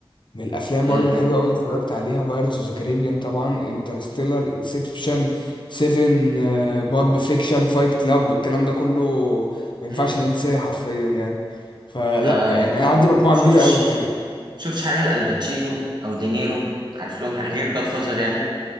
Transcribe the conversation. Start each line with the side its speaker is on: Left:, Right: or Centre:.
Left: من الافلام
Right: حلو
Left: برضو الحلوه قوي اتفرجت عليها بايرتس اوف ذا كاريبيان طبعا انترستيلر انسبشن سيفن بولب فيكشن فايت كلاب الكلام ده كله ما ينفعش
Right: مم.
Left: ننساه حرفيا يعني فلا
Right: انت
Left: يعني انا عندي مجموعه
Right: شفت
Left: كبيره قوي الحقيقه
Right: شفتش حاجة لألباتشينو أو دينيرو عارف لهم حاجة غير جاد فازر يعني